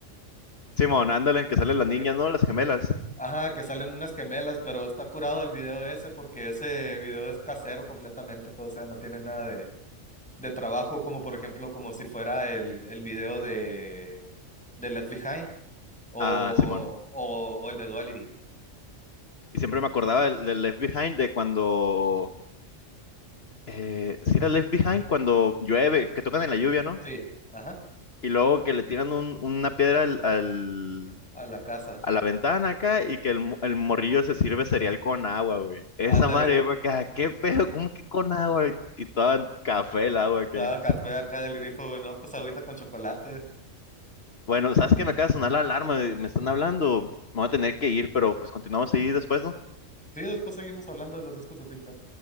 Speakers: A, on the left; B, in the centre.
A: Simón, ándale, que salen las niñas,
B: que
A: ¿no? Las gemelas.
B: Ajá, que salen unas gemelas, pero está curado el video ese porque ese video es casero completamente, pues, o sea, no tiene nada de, de trabajo, como por ejemplo, como si fuera el, el video de, de Left Behind o,
A: Ah, Simón.
B: o, o el de Duality.
A: Y siempre me acordaba del, del Left Behind de cuando, eh, si era Left Behind cuando llueve, que tocan en la lluvia, ¿no?
B: Sí, ajá,
A: Y luego que le tiran un- una piedra al, al,
B: a la casa.
A: a la ventana acá y que el, mo- el morrillo se sirve cereal con agua, güey. Esa
B: Ándale,
A: madre, yo me quedaba, ¿qué pedo? ¿Cómo que con agua? Y toda café el agua
B: estaba
A: que...
B: café acá del grifo, güey, no, pues agüita con chocolate.
A: Bueno, sabes que me acaba de sonar la alarma, me están hablando, me voy a tener que ir, pero pues continuamos ahí después, ¿no?
B: Sí, después seguimos hablando de los discos de Slipknot.